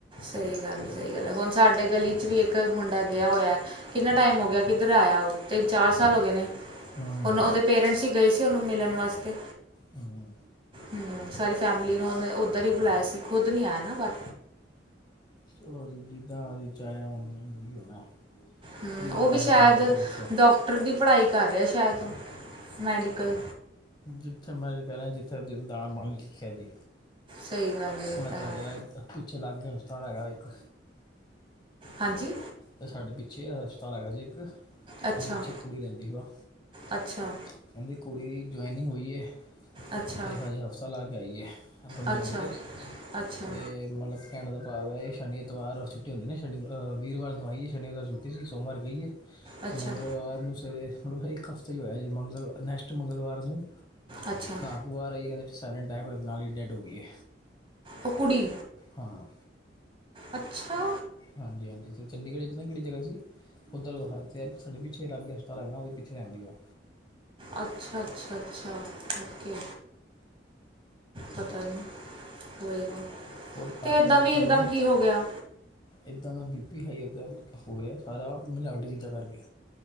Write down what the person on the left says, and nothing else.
ਹੂੰ
ਹੂੰ।
ਚਲੋ ਜੀ ਜਿੱਦਾਂ ਉਹਦੀ ਚਾਹਿਆ ਉਹਨੇ ਉਹੀ ਹੋਣਾ।
ਜਿਹਦਾ
ਦਾਣਾ
ਪਾਣੀ ਕਿੱਥੇ ਲਿਖਿਆ।
ਜਿੱਥੇ ਮਰਜ਼ੀ ਕਹਿ ਲੈਣ, ਜਿੱਥੇ ਦਾਣਾ ਪਾਣੀ ਲਿਖਿਆ ਜੀ।
ਹੁਣ ਐ
ਤੁਹਾਡੇ
ਐ ਪਿੱਛੇ ਲਾਗੇ ਹਸਪਤਾਲ ਹੈਗਾ ਇੱਕ।
ਆ ਸਾਡੇ ਪਿੱਛੇ ਹਸਪਤਾਲ ਹੈਗਾ ਜੀ ਇੱਕ,
ਉਹਦੇ ਪਿੱਛੇ ਕੁੜੀ ਰਹਿੰਦੀ ਵਾ।
ਕਹਿੰਦੀ ਕੁੜੀ ਜੁਆਇਨਿੰਗ ਹੋਈ ਐ।
ਤੇ ਹਜੇ ਹਫ਼ਤਾ ਲਾ ਕੇ ਆਈ ਐ ਆਪਣੀ ਜੋਬ
ਤੇ,
ਤੇ ਮਤਲਬ ਕਹਿਣ ਦਾ ਭਾਵ ਐ ਸ਼ਨੀ, ਐਤਵਾਰ ਛੁੱਟੀ ਹੁੰਦੀ ਨਾ, ਸ਼ਨੀ ਅ ਵੀਰਵਾਰ ਨੂੰ ਆਈਏ, ਸ਼ਨੀਵਾਰ ਛੁੱਟੀ ਸੀ, ਸੋਮਵਾਰ ਗਈ ਏ।
ਤੇ ਮੰਗਲਵਾਰ ਨੂੰ ਸਵੇਰੇ ਮਤਲਬ ਇੱਕ ਹਫ਼ਤਾ ਹੀ ਹੋਇਆ ਅਜੇ, ਮੰਗਲ ਨੈਕਸਟ ਮੰਗਲਵਾਰ ਨੂੰ
ਐਤਵਾਰ ਆਈ ਕਹਿੰਦੇ ਸਾਈਲੈਂਟ ਅਟੈਕ ਹੋਇਆ ਨਾਲ ਹੀ ਡੈਡ ਹੋ ਗਈ ਐ।
ਹਾਂ।
ਹਾਂਜੀ-ਹਾਂਜੀ, ਤੇ ਚੰਡੀਗੜ੍ਹ ਚ ਪਤਾ ਨੀਂ ਕੇੜੀ ਜਗ੍ਹਾ ਸੀ? ਓਧਰ ਹਰਸੈਬ ਸਾਡੇ ਪਿੱਛੇ ਲਾਗੇ ਹਸਪਤਾਲ ਹੈਗਾ ਨਾਂ ਓਦੇ ਪਿਛੇ ਰੈਂਦੀ ਐ ਓ।
ਔਰ
ਅੱਜ
ਕੱਲ੍ਹ ਲੋਕਾਂ
ਨੂੰ
ਇੱਦਾਂ ਦਾ ਬੀਪੀ ਹਾਈ ਉਦ ਹੋ ਰੇਯਾ, ਸਾਰਾ ਮਿਲਾਵਟੀ ਚੀਜ਼ਾਂ ਕਰਕੇ।